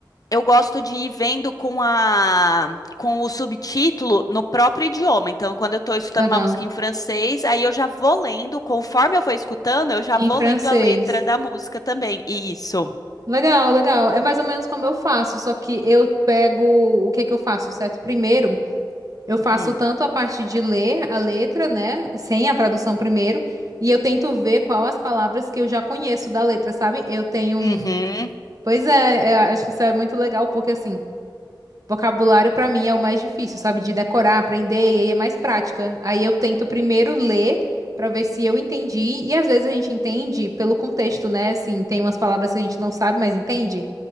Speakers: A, on the left; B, on the right.
A: eu gosto de ir vendo com a com o subtítulo no próprio idioma. Então, quando eu estou escutando
B: Legal.
A: uma música em francês, aí eu já vou lendo, conforme eu for escutando, eu já
B: Em
A: vou
B: francês.
A: lendo a letra da música também. Isso.
B: Legal, legal. É mais ou menos como eu faço, só que eu pego o que que eu faço, certo? Primeiro, eu faço
A: Hum.
B: tanto a parte de ler a letra, né, sem a tradução primeiro, e eu tento ver qual as palavras que eu já conheço da letra, sabe? Eu tenho um...
A: Uhum.
B: Pois é, é, acho que isso é muito legal, porque assim, Vocabulário pra mim é o mais difícil, sabe? De decorar, aprender, e aí é mais prática. Aí eu tento primeiro ler pra ver se eu entendi, e às vezes a gente entende pelo contexto, né? Assim, tem umas palavras que a gente não sabe, mas entende,